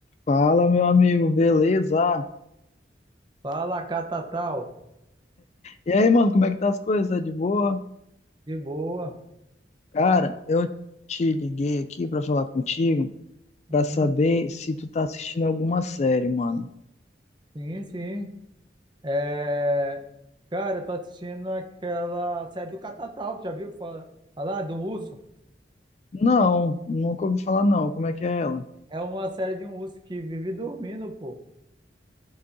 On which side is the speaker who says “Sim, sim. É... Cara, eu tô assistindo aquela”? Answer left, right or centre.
Right